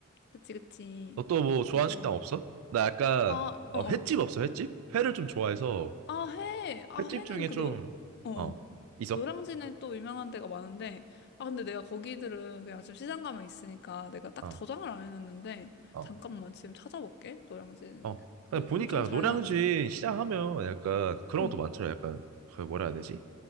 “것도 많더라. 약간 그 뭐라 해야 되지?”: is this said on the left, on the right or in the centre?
Right